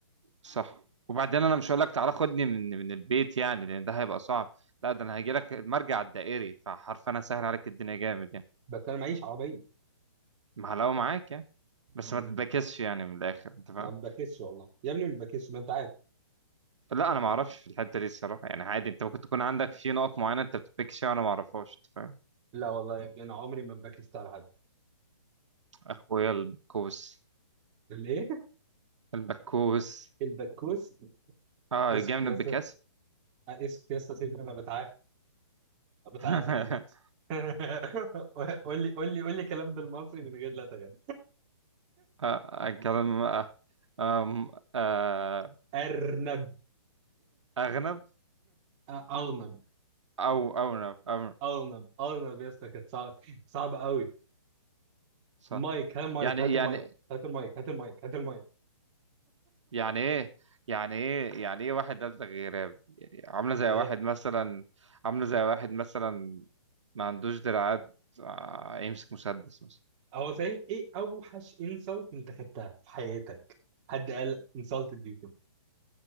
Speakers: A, on the right; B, on the right.
A: صح وبعدين انا مش هقول لك تعالى خدني من من البيت يعني لان ده هيبقى صعب لا ده انا هاجي لك المرجع الدائري فحرفيا انا سهل عليك الدنيا جامد يعني
B: بس انا معيش عربيه
A: محلاوه معاك يعني بس
B: مم.
A: ما تتبكسش يعني من الاخر انت فاهم
B: انا ما بكسش والله يا ابني ما بكسش ما انت عارف
A: لا انا ما اعرفش في الحته دي الصراحه يعني عادي انت ممكن تكون عندك في نقط معينه انت بتتبكس فيها وانا ما اعرفهاش انت فاهم
B: لا والله يا يعني انا عمري ما بكست على حد
A: اخويا البكوس
B: الايه
A: البكوس
B: البكوس
A: اه
B: اسكت
A: جاي من
B: يا
A: البكاس
B: اسطى اسكت يا اسطى سيبني انا بتعافى بتعافى
A: <laughs>
B: دلوقتي <laughs> قول لي قول لي قول لي كلام بالمصري من غير لا تغير
A: آه، كلام آه، آم، آه،
B: ارنب
A: أغنب
B: أ- ارنب
A: أو أونب أو
B: ارنب ارنب يا اسطى كانت صعبه صعبه قوي
A: صح
B: مايك هات مايك
A: يعني
B: هات
A: يعني
B: المايك هات المايك هات المايك هات المايك
A: يعني إيه يعني إيه يعني إيه واحد نبتة غراب يعني عاملة زي
B: ايه
A: واحد مثلا عاملة زي واحد مثلا ما عندوش دراعات آه، يمسك مسدس مثلا
B: هو صحيح ايه اوحش انسلت انت خدتها في حياتك حد قال انسلتد يو كده